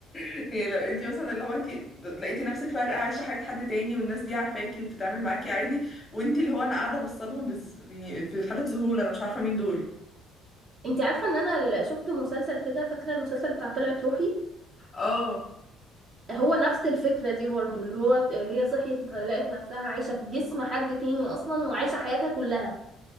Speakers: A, on the left; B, on the right.
A: يعني لو انت مثلا اللي هو انت لقيتي نفسك فجأة عايشة حياة حد تاني والناس دي عارفاكي وبتتعامل معاكي عادي وانت اللي هو انا قاعدة بصلهم بز... يعني في حالة ذهول انا مش عارفة مين دول
B: انت عارفه ان انا ال- شفت مسلسل كده فاكره المسلسل بتاع طلعت روحي
A: اه
B: هو نفس الفكره دي برضو اللي هو ت- هي صحيت لقت نفسها عايشه في جسم حد تاني اصلا وعايشه حياتها كلها